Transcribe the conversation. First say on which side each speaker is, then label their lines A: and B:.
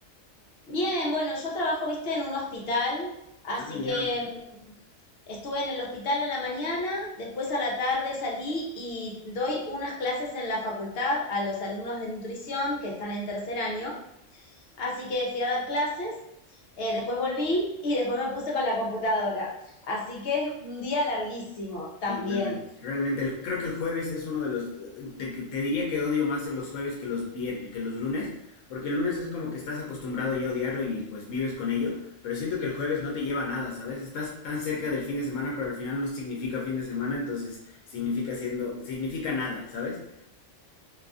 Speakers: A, on the left; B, on the left.
A: Bien, bueno, yo trabajo, viste, en un hospital, así
B: Ah, ya.
A: que mm, estuve en el hospital a la mañana, después a la tarde salí y doy unas clases en la facultad a los alumnos de nutrición que están en tercer año, así que fui a dar clases, eh, después volví y después me puse con la computadora, así que un día larguísimo también.
B: Sí, realmente. Realmente, el- creo que el jueves es uno de los. eh, Te, te diría que odio más los jueves que los vier- que los lunes, porque el lunes es como que estás acostumbrado ya a odiarlo y pues vives con ello, pero siento que el jueves no te lleva a nada, ¿sabes? Estás tan cerca del fin de semana, pero al final no significa fin de semana, entonces significa siendo, significa nada, ¿sabes?